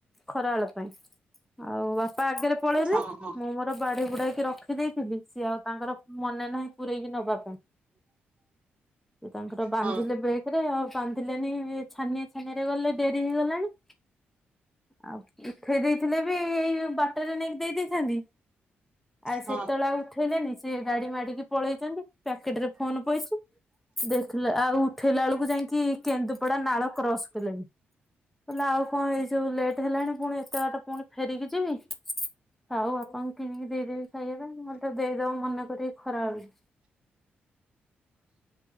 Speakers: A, in the centre; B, on the right.
A: ଖରା ବେଳ ପାଇଁ। ଆଉ ବାପା ଆଗେରେ ପଳେଇଲେ
B: ହଁ ହଁ
A: ମୁଁ ମୋର ବାଡ଼ି ବୁଡ଼ାଇକି ରଖ ଠିକ୍ ଦେଇଥିଲି ସିଏ ଆଉ ତାଙ୍କର ମନେ ନାହିଁ ପୁରେଇକି ନବା ପାଇଁ। ସେ ତାଙ୍କର ବାନ୍ଧିଲେ
B: ହଁ।
A: ବେଗେରେ ଆଉ ବାନ୍ଧିଲେନି ଏ ଛାନିଆଁ ଛା ଥାନରେ ଗଲେ ଡ଼େରି ହେଇଗଲାଣି। ଆଉ ଉଠେଇ ଦେଇଥିଲେ ବି ଏଇ ବାଟରେ ନେଇକି ଦେଇ ଦେଇଥାନ୍ତି। ଆଉ
B: ହଁ
A: ସେତେବେଳ ଉଥେଇଲେନି ଗାଡ଼ି ମାଡ଼ିକି ପଳେଇଚନ୍ତି ପ୍ୟାକେଟେରେ ଫୋନ୍ ପଇଛି। ଦେଖିଲେ ଆଉ ଉଠେଇଲାା ଅଳକୁ ଯାଇଁକି କେନ୍ଦୁପଡ଼ା ନାଳ କ୍ରସ୍ କଲେଣି। କଲେ ଆଉ କଣ ଏଇ ସବୁ ଲେଟ୍ ହେଲାଣି ପୁଣି ଏତେ ବାଟା ପୁଣି ଫେରିକି ଯିବି ହଉଆଉ। କିଣିକି ଦେଇଦେବି ଖାଇବା ପାଇଁ ମନତେ ଦେଇଦବ ମନେ କରିକି ଖରା ବେଳକୁ।